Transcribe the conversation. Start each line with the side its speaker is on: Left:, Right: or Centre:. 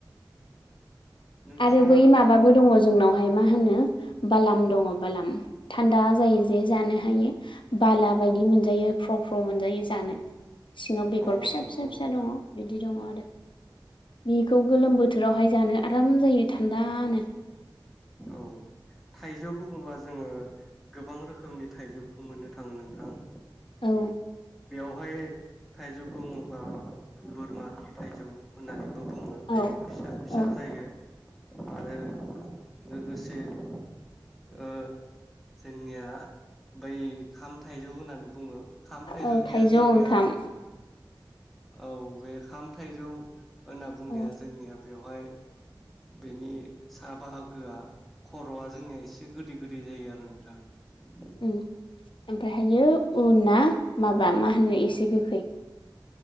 Centre: नोंथाङा
Left: आरो बै माबाबो दङ जोंनाव हाय मा होनो बालाम दङ बालाम थान्दा जायो जे जानो हायो बाला बायदि मोनजायो फ्र फ्र मोनजायो जानो। सिङाव बेगर
Centre: ओ
Left: फिसा
Centre: औ नंगौ
Left: फिसा फिसा
Centre: नोंथां
Left: दङ बिदि दङ आरो। बिखौ गोलोम बोथोरावहाय जानो आ राम जायो थान्दानो
Centre: औ थाइजौ बुङोबा जोङो गोबां रोखोमनि थाइजौखौ मोननो थाङो नोंथां।
Left: औ
Centre: बेवहाय थाइजौ बुङोबा बोरमा खि थाइजौ होननानैबो बुङो
Left: औ
Centre: बे फिसा फिसा
Left: औ
Centre: जायो आरो लोगोसे ओ जोंनिया बै खाम थाइजौ होनानै बुङो खाम थाइजौनिया
Left: औ थाइजौ
Centre: जोंनिया
Left: ओंखाम
Centre: औ बे खाम थाइजौ होनना बुंनाया
Left: औ
Centre: जोंनिया बेवहाय बेनि सा बाहाग गोआ खरआ जोंनिया एसे गोदै गो दै जायो आरो नोंथां
Left: ओम ओमफ्रायहायो उनआ माबा मा होनो एसे गोखै।